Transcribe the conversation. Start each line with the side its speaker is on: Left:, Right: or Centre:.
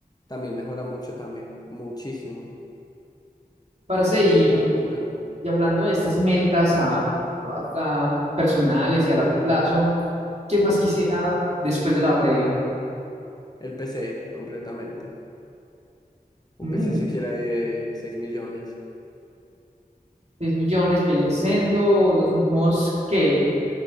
Left: también mejora mucho también, muchísimo.
Right: Parce, y,
Left: Es una locura.
Right: y hablando de estas metas a, a- a personales y a largo plazo, ¿qué más quisiera después de la batería?
Left: El PC completamente.
Right: Mm,
Left: Un PC siquiera de seis millones,
Right: 6 millones vienen siendo los mismos que...